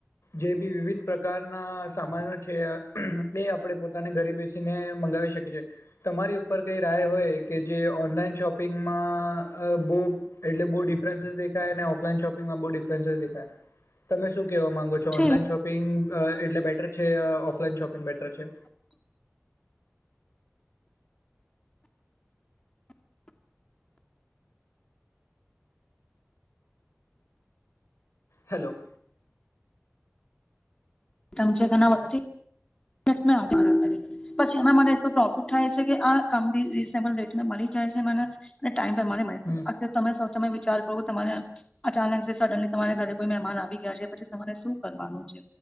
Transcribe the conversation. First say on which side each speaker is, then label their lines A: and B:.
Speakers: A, on the left; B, on the left.
A: જે બી વિવિધ પ્રકારના સામાનો છે. એ આપડે પોતાને ઘરે બેસીને મંગાવી શકીએ છીએ. તમારી ઉપર કઈ રાય હોય કે જે ઓનલાઈન શોપિંગમાં અ બઉ એટલે બઉ ડિફરન્સીસ દેખાયને ઓફલાઈન શોપિંગમાં બઉ ડિફરન્સીસ દેખાય. તમે શું કહેવા માંગો
B: હમ
A: છો. ઓનલાઈન શોપિંગ અ એટલે બેટર છે. અ ઓફલાઈન શોપિંગ બેટર છે. હેલો.
B: તમ છે ઘણા <unintelligible> <unintelligible> પછી એમાં મને એટલું પ્રોફિટ થાય છે કે આ કામ બી રીઝનેબલ રેટમાં મળી જાય છે મને ટાઈમ પ્રમાણે મળે.
A: હમ
B: અત્યાર તમે તમે વિચાર કરો તમારે અચાનક છે સડનલી તમારે ઘરે કોઈ મહેમાન આવી ગયા છે. પછી તમારે શું કરવાનું છે